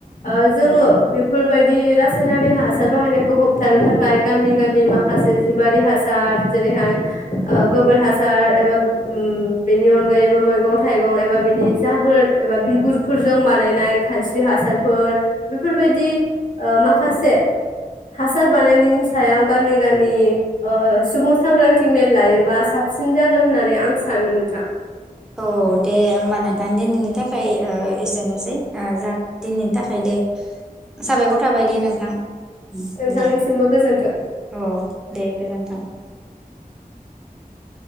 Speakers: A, on the left; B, in the centre.
A: ओ जोङो
B: औ
A: बेफोर बेबायदि रायनारि हासार बाहायनायखौ होबथानो थाखाय गामि गामि माखासे जिबारि हासार जेरैहाय ओ गोबोर हासार एबा बेनि अनगायैबो मैगं थाइगं एबा बिनि जाबोर एबा बिगुरफोरजों बानायनाय खानस्रि हासारफोर बेफोरबायदि ओ माखासे हासार बानायनायनि सायाव गामि गामि सुबुं सांग्रांथि मेल लायोबा साबसिन जागोन होननानै आं सानो नोंथां
B: औ दे होमबा नोंथां दिनैनि थाखाय ओ एसेनोसै जा दिनैनि थाखाय दे साबायखर थाबाय दे नोंथां
A: नोंथांनिसिमबो
B: दे अ
A: गोजोन्थों।
B: दे गोजोनथों <inaudible>